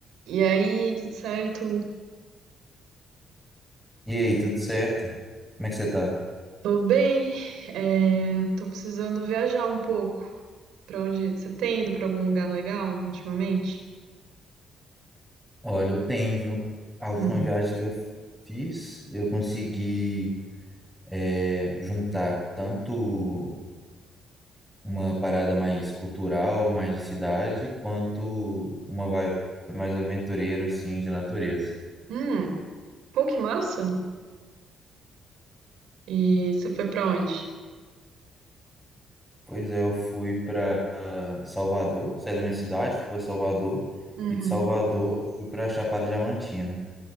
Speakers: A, on the right; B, in the centre.
A: E aí, tudo certo?
B: E aí, tudo certo? Como é que você tá?
A: Tô bem. É, tô precisando viajar um pouco. Pra onde? Você tem ido pra algum lugar legal ultimamente?
B: Olha, eu tenho, viu? A última
A: Hum.
B: viagem que eu fiz, eu consegui é, juntar tanto uma parada mais cultural, mais de cidade, quanto uma vibe mais aventureira, assim, de natureza.
A: Hum. Pô, que massa! E você foi pra onde?
B: Pois é, eu fui para Salvador, saí da minha cidade, fui para Salvador,
A: Uhum.
B: e de Salvador eu fui para Chapada Diamantina.